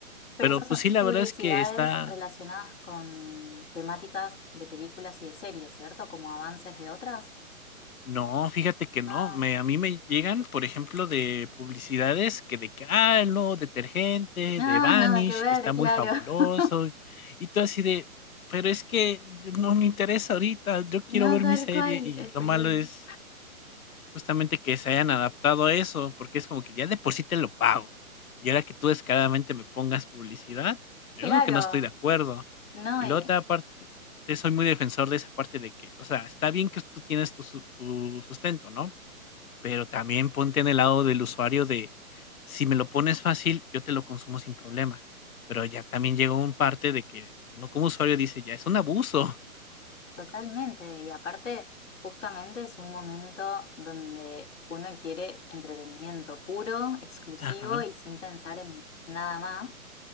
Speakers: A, on the left (about 55°); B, on the left (about 70°).
A: Pero
B: Pero,
A: esas son
B: pues sí, la
A: publicidades
B: verdad es que está
A: relacionadas con temáticas de películas y de series, ¿cierto? Como avances de otras.
B: No, fíjate que no,
A: Ah,
B: me a mí me llegan, por ejemplo, de publicidades que de que, ah, el nuevo detergente
A: <laughs> ah,
B: de Vanish,
A: nada que ver,
B: que está
A: claro.
B: muy fabuloso,
A: <laughs>
B: y y todo así de, pero es que yo no me interesa ahorita, yo
A: No,
B: quiero ver
A: tal
B: mi serie,
A: cual,
B: y
A: estoy
B: lo malo
A: en-
B: es Justamente que se hayan adaptado a eso, porque es como que ya de por sí te lo pago. Y ahora que tú descaradamente me pongas publicidad, pues yo
A: Claro,
B: lo que no estoy de acuerdo.
A: no,
B: Y la
A: y
B: otra parte, te soy muy defensor de esa parte de que, o sea, está bien que tú tienes tu, su- tu sustento, ¿no? Pero también ponte en el lado del usuario de, si me lo pones fácil, yo te lo consumo sin problema. Pero ya también llegó un parte de que uno como usuario dice, ya es un abuso.
A: totalmente. Y aparte, justamente es un momento donde uno quiere entretenimiento puro, exclusivo
B: <laughs> Ajá,
A: y sin pensar en nada más.